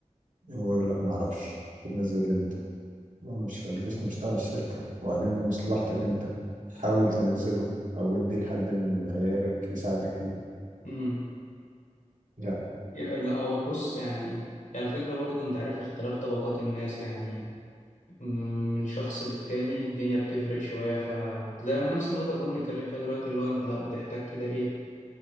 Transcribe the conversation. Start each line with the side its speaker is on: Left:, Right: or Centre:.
Right: هو يقول لك ما اعرفش طب نزل امتى ما مش ابلكيشن مش تبع الشركة وبعدين دي مصلحتك انت حاول تنزله او ادي لحد من عيالك يساعدك فيه
Left: امم
Right: لا
Left: يا- لا هو بص يعني يعني الفكرة برضه أنت عارف اختلاف طبقات الناس يعني مم، من شخص للتاني الدنيا بتفرق شوية فزي نفس النقطة اللي كنا بنتكلم فيها دلوقتي اللي هو أنت لا بتحتاج كده إيه